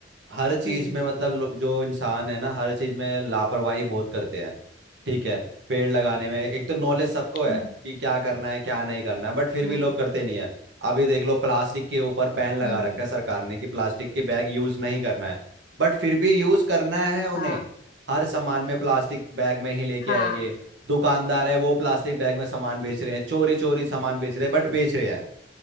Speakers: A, on the right (about 70°); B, on the left (about 50°).
A: हर चीज
B: हम्म
A: में मतलब लो- जो इंसान है ना हर चीज में लापरवाही बहुत करते हैं ठीक है पेड़ लगाने में एक तो नॉलेज सबको है
B: हम्म।
A: कि क्या करना है क्या नहीं करना है बट फिर
B: हम्म
A: भी लोग करते नहीं है अब ये देख लो प्लास्टिक के ऊपर बैन लगा
B: हम्म
A: रखा है सरकार ने कि प्लास्टिक के बैग यूज नहीं करना है बट फिर भी यूज करना है उन्हें
B: हाँ
A: हर सामान में प्लास्टिक बैग में ही लेके
B: हाँ
A: आएंगे दुकानदार है वो प्लास्टिक बैग में सामान बेच रहे हैं चोरी चोरी सामान बेच रहे हैं बट बेच रहे हैं